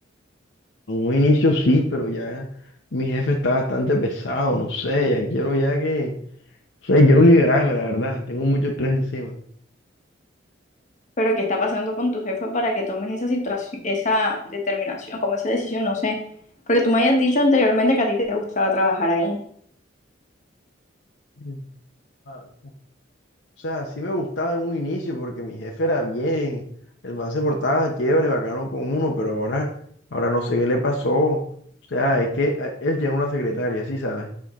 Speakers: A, on the left (about 65°); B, on the left (about 40°).
A: En un inicio sí, pero ya mi jefe está bastante pesado, no sé, ya quiero ya que... O sea, quiero liberarme, la verdad. Tengo mucho estrés encima.
B: ¿Pero qué está pasando con tu jefe para que tomes esa situación, esa determinación, como esa decisión? No sé. Porque tú me habías dicho anteriormente que a ti te gustaba trabajar ahí.
A: Mm. Ah, O sea, sí me gustaba en un inicio porque mi jefe era bien, el man se portaba chévere, bacano con uno, pero ahora, ahora no sé qué le pasó. O sea, es que eh, él tiene una secretaria, sí, ¿sabes?